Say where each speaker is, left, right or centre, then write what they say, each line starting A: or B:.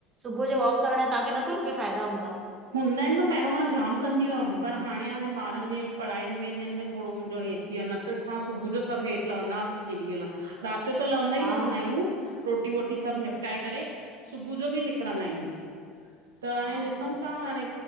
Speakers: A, on the right; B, on the right.
A: सुबुह जो वॉक करण जा तहांखे नथो लॻे फ़ाइदा हूंदा!
B: हूंदा आहिनि न, पहिरों मां जाम कंदी हुयमि पर हाणे, हाणे ॿारनि जे पढ़ाईनि में हिननि में थोङो मुंहिंजो हे थी वियो न त असां सुबुह जो सभु हेठि लहंदा हुआसीं केॾी महिल। राति जो त लवंदा
A: हा
B: ई लवंदा आहियूं। रोटी- वोटी सब निपटाए
A: अच्छा
B: करे सुबुह जो बि निकिरंदा आहियूं। त हाणे
A: हा
B: ॾिसूं ता, हाणे